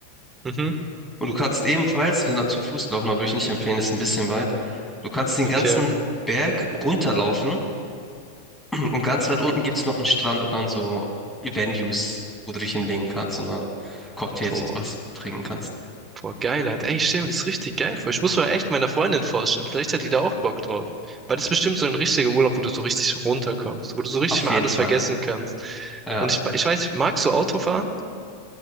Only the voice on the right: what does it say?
mhm,
okay,
boah.
Boah, geil, Alter. Ey, ich stell mir das richtig geil vor. Ich muss mal echt meiner Freundin vorstellen. Vielleicht hat die da auch Bock drauf. Weil das ist bestimmt so ein richtiger Urlaub, wo du so richtig runterkommst, wo du so richtig
mal
alles
vergessen kannst.
Und ich, ich weiß, magst du Autofahren?